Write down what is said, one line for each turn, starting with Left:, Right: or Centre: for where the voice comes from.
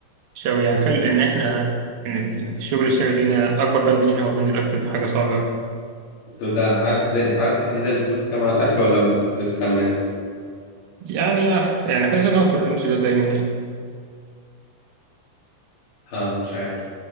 Right: شوي يعني تخيل ان احنا ان الشغل الشاغل لينا اكبر بند لينا هو بند الاكبر ده حاجة صعبة قوي
Left: طب انت عارف ازاي انت عارف تحديدا بتصرفوا كام على الاكل ولا بت... بتخمن
Right: يعني يعني حاسس ان هو في الرينج ده دايما يعني
Left: اه مش عارف